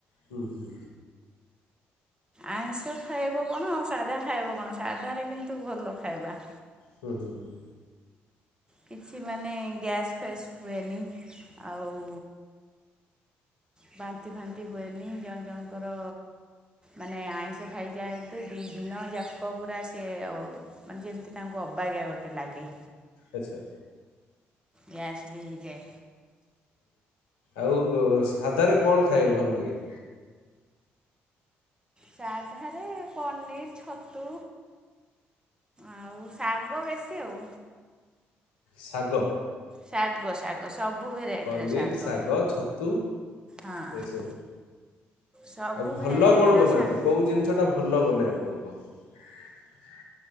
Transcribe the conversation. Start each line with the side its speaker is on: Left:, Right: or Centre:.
Left: ହୁଁ।
Right: ଆଇଁଷ ଖାଇବ କଣ ଆଉ ସାଧା ଖାଇବ କଣ ସାଧା କିନ୍ତୁ ଭଲ ଖାଇବା।
Left: ହୁଁ ହୁଁ ହୁଁ।
Right: କିଛି ମାନେ ଗ୍ୟାସ୍ ଫ୍ୟାସ୍ ହୁଏନି ଆଉ ବାନ୍ତି ଫାନ୍ତି ହୁଏନି ଜଣେ ଜଣଙ୍କର ମାନେ ଆଇଁଷ ଖାଇଯାଆନ୍ତି ଦିନଯାକ ପୁରା ସେ ମାନେ ଯେମିତି ତାଙ୍କୁ ଅବାଗିଆ ଗୋଟେ ଲାଗେ।
Left: ଆଛା ଆଛା।
Right: ଗ୍ୟାସ ବି ହେଇଯାଏ।
Left: ଓହୋ ଆଉ ସାଧାରେ କଣ ଖାଇବାକୁ ଭଲ ଲାଗେ?
Right: ସାଧାରେ ପନିର ଛତୁ ଆଉ ସା ଗୁ ବେଶୀ ଆଉ।
Left: ସାଗ
Right: ଶାଗ ଶାଗ ସବୁ ସବୁ ଭେରାଇଟ
Left: ପନିର୍,
Right: ର ସାଗ
Left: ଶାଗ, ଛତୁ
Right: ହଁ।
Left: ଏସବୁ
Right: ସବୁ
Left: ଆଉ ଭଲ
Right: ଭେରାଇଟିର
Left: କଣ ବନାନ୍ତି
Right: ଶାଗ
Left: କୋଉ ଜିନିଷ ଟା ଭଲ ବନେ ଆପଣ କୁହ।